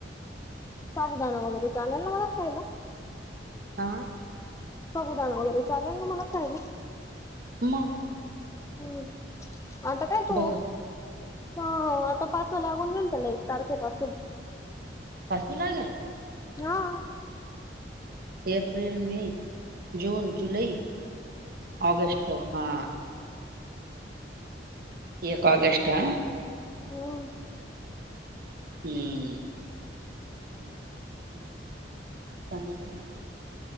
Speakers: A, on the left; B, on the right.
A: साबुदाणा वगैरे चालेल ना मला खायला.
B: हां.
A: साबुदाणा वगैरे चालेल ना मला खायला?
B: मग.
A: हम् आता काय तू
B: बघ
A: ह आता पाचवा लागून जाइल त्याला एक तारखेपासून.
B: पाचव लागल?
A: हा.
B: एप्रिल, मे, जून, जुलै ऑगस्ट हा. एक ऑगस्ट हा.
A: हम्म
B: हम्म. <unintelligible>